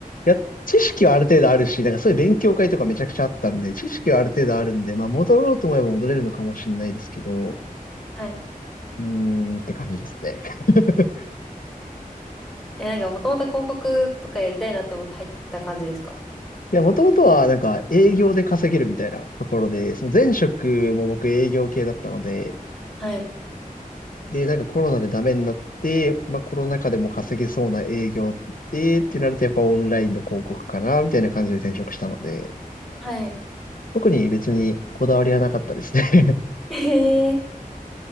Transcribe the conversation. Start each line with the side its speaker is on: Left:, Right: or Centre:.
Left: いや、知識はある程度あるし、なんかそういう勉強会とかめちゃくちゃあったんで、知識はある程度あるんで、まあ戻ろうと思えば戻れるのかもしれないですけど、
Centre: はい。
Left: うーんって感じですね。<laughs>
Centre: えー、なんか、もともと広告とかやりたいなって思って入った感じですか
Left: いや、もともとはなんか営業で稼げるみたいなところで、その前職も僕営業系だったので、
Centre: はい。
Left: で、なんかコロナでダメになって、まあコロナ禍でも稼げそうな営業で、ってなるとやっぱオンラインの広告かな、みたいな感じで転職したので、
Centre: はい。
Left: 特に別にこだわりはなかったですね。<laughs>
Centre: へえ。